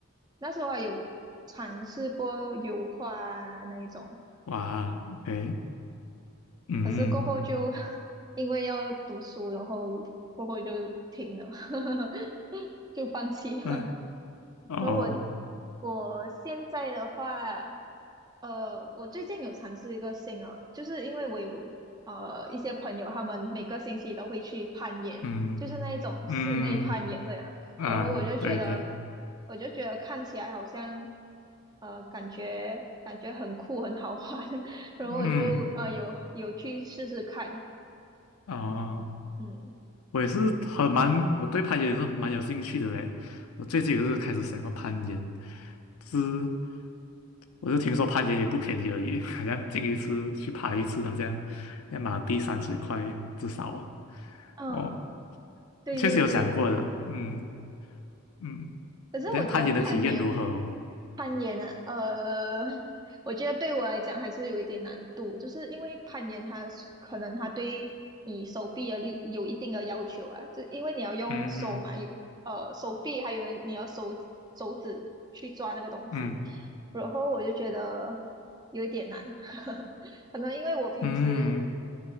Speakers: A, on the right; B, on the left.
A: 那时候还有尝试过油画啊那一种，
B: 哇，OK，嗯
A: 可是过后就 <laughs> 因为要读书，然后过后就停了，<laughs> 就放弃了。
B: 嗯 <laughs>
A: 然后我
B: 哦
A: 我现在的话，呃，我最近有尝试一个新的，就是因为我有呃一些朋友，他们每个星期都会去攀岩，
B: 嗯
A: 就是那一种室内攀岩这样。
B: 嗯啊，
A: 然后我就觉得，
B: 对对
A: 我就觉得看起来好像，呃，感觉感觉很酷，很好玩。<laughs> 然后我就呃有有去试试看，
B: 嗯哦。
A: 嗯
B: 我也是很蛮，我对攀岩也是蛮有兴趣的嘞。我最近也是开始想要攀岩，是我就听说攀岩也不便宜而已，<laughs> 好像进一次去爬一次，好像要马币三十块至少啊。
A: 嗯，
B: 哦，
A: 对对对。
B: 确实有想过的，嗯嗯。
A: 可是我觉得攀岩，
B: 但攀岩的体验如何哦？
A: 攀岩啊，呃，<laughs> 我觉得对我来讲还是有一点难度，就是因为攀岩它是可能它对你手臂的力有一定的要求啊，就因为你要用手嘛，
B: 嗯
A: 有呃手臂，还有你要手手指去抓那个东西，
B: 嗯
A: 然后我就觉得有一点难，<laughs> 可能因为我平时
B: 嗯